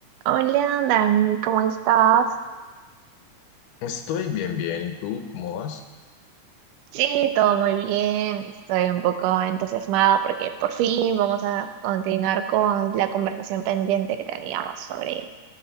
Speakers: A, on the right; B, on the left.
A: Hola, Dani, ¿cómo estás?
B: Estoy bien, bien. ¿Y tú cómo vas?
A: Sí, todo muy bien. Estoy un poco entusiasmada porque por fin vamos a continuar con la conversación pendiente que teníamos sobre